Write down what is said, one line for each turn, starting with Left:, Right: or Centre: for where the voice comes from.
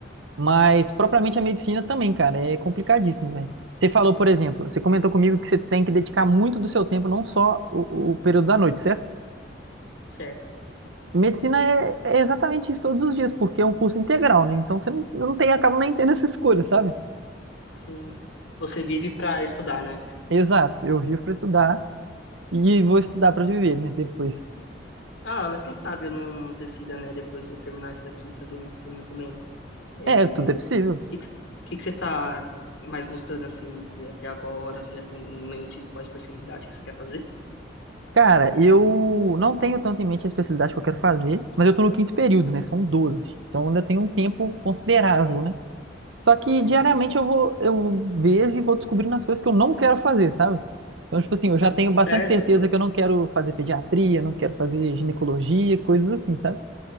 Right: Mas, propriamente, a medicina também, cara, é complicadíssimo, velho. Você falou, por exemplo, você comentou comigo que você tem que dedicar muito do seu tempo, não só o, o período da noite, certo?
Left: certo?
Right: Medicina é, é exatamente isso todos os dias, porque é um curso integral, né? Então você não, eu não tem, acaba nem tendo essa escolha, sabe?
Left: Sim. Você vive pra estudar, né?
Right: Exato, eu vivo para estudar e vou estudar para viver, né? Depois.
Left: Ah, mas quem sabe eu não decida, né, depois de eu terminar isso daqui, fazer medicina também. É,
Right: É, tudo é possível.
Left: que que, que que você tá mais gostando assim de até agora? Você já tem em mente qual a especialidade que você quer fazer?
Right: Cara, eu não tenho tanto em mente a especialidade que eu quero fazer, mas eu tô no quinto período, né? São doze, Então ainda tenho um tempo considerável, né? Só que
Left: Sim.
Right: diariamente eu vou, eu vejo e vou descobrindo as coisas que eu não quero fazer, sabe? Então, tipo assim, eu já tenho bastante
Left: Certo?
Right: certeza
Left: Por,
Right: que eu não quero fazer pediatria, não quero fazer ginecologia, coisas assim, sabe?